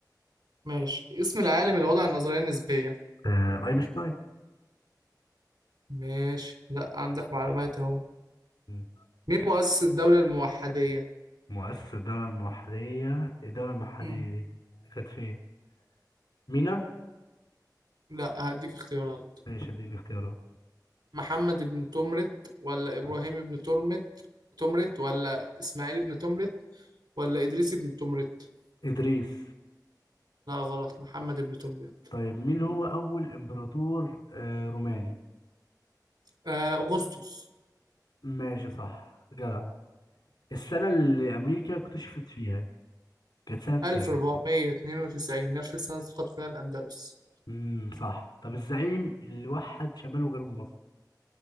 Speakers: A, on the right (about 80°); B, on the left (about 85°).
A: ماشي اسم العالم اللي وضع النظرية النسبية
B: آه، اينشتاين
A: ماشي لا عندك معلومات أهو
B: مم.
A: مين مؤسس الدولة الموحدية؟
B: مؤسس الدولة المحلية الدولة المحلية
A: مم.
B: دي كانت فين؟ مينا؟
A: لا هديك اختيارات
B: ماشي اديني اختيارات
A: محمد بن تمرت ولا إبراهيم
B: آه.
A: بن ترمت تمرت ولا إسماعيل بن تمرت ولا إدريس بن تمرت
B: إدريس
A: لا غلط محمد بن تمرت
B: طيب مين هو أول إمبراطور آه، روماني؟
A: آه أغسطس
B: ماشي صح جدع السنة اللي أمريكا اكتشفت فيها كانت سنة
A: 1492
B: كام؟
A: نفس السنة سقط فيها الأندلس
B: امم صح طب الزعيم اللي وحد شمال وجنوب مصر